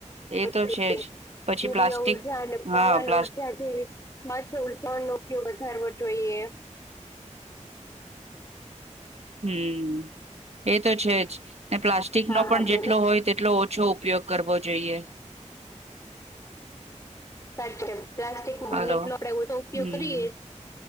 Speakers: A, on the right; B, on the left.
A: એ
B: જોઈએ
A: તો છે જ. પછી
B: સૂર્ય
A: પ્લાસ્ટિક
B: ઉર્જા અને પવન
A: હા પ્લાસ્ટ
B: ઉર્જા જેવી ઉર્જાઓ નો ઉપયોગ વધારવો જોયે. એ
A: હમ્મ. એ તો છે જ, ને પ્લાસ્ટિકનો
B: હા હા
A: પણ
B: બોલો
A: જેટલો હોય તેટલો ઓછો ઉપયોગ કરવો જોઈએ.
B: સાચે, પ્લાસ્ટિક બને
A: હલો
B: એટલો આપડે ઓછો ઉપયોગ
A: હમ
B: કરીએ